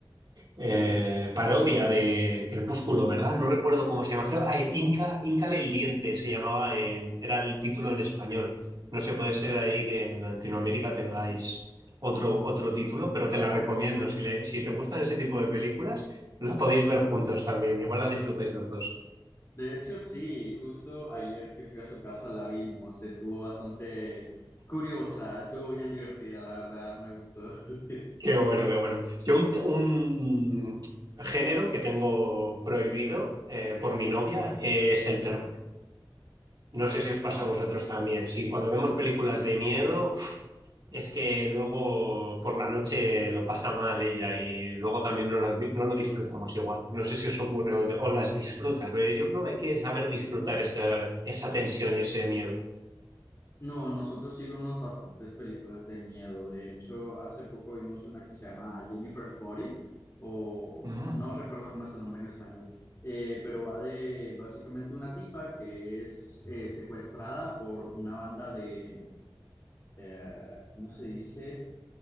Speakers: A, on the right; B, on the left.
A: eh, parodia de Crepúsculo, ¿verdad? No recuerdo cómo se llama, creo, ah, Inca, Incale el Diente se llamaba, en- era el título en español. No sé, puede ser ahí que en Latinoamérica tengáis
B: <laughs>
A: otro, otro título, pero te la recomiendo. Si, le- si te gustan ese tipo de películas, la podéis ver juntos también, igual la disfrutáis los dos.
B: De hecho, sí, justo ayer que fui a su casa la vimos, estuvo bastante curiosa, estuvo bien divertida, la verdad, me gustó. <laughs>
A: Qué bueno, qué bueno. Yo un, un género que tengo prohibido eh, por mi novia eh, es el terror. No sé si os pasa
B: Ah,
A: a vosotros también. Sí, cuando vemos películas de miedo, uf, es que luego por la noche lo pasa mal ella y luego también no, las di- no lo disfrutamos igual. No sé si os ocurre o, o las disfrutas, pero yo creo que hay que saber disfrutar esa, esa tensión y ese miedo.
B: No, nosotros sí vemos bastantes películas de miedo, de hecho, hace poco vimos una que se llama Jennifer's Body, o
A: Mm.
B: no recuerdo cómo es el nombre en español, eh, pero va de básicamente una tipa que es eh, secuestrada por una banda de, eh, ¿cómo se dice?